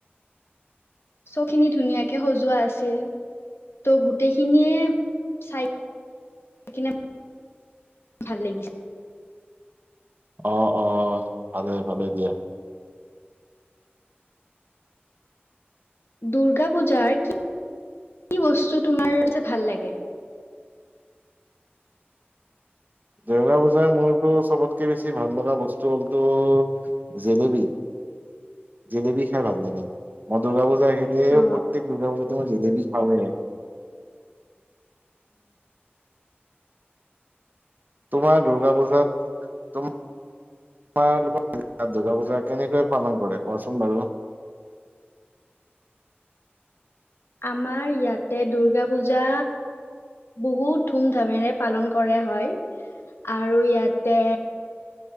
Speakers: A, on the left; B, on the right.
A: চ খিনি ধুনীয়াকে সজোৱা আছিল ত' গোটেইখিনিয়ে চাই কিনে ভাল লাগিছে।
B: অ অ ভালেই ভালে দিয়া
A: দুূৰ্গা পূজাৰ কি কি বস্তু তোমাৰ যে ভাল লাগে
B: দুৰ্গা পূজাৰ মোৰতো চবতকে বেছি ভাল লগা বস্তু হ'লটো জেলেপী। জেলেপী খাই ভাল লাগে। মই দুৰ্গা পুজা তই আহিলে
A: অ
B: প্ৰত্যেক দুৰ্গা পুজাতে মই জেলেপী হাউৰে তোমাৰ দুৰ্গা পূজাত তোমালোকৰ দুূৰ্গা পূজা কেনেকৈ পালন কৰে কোৱাচোন বাৰু?
A: আমাৰ ইয়াতে দুূৰ্গা পূজা বহুত ধুম ধামেৰে পালন কৰে হয় আৰু ইয়াতে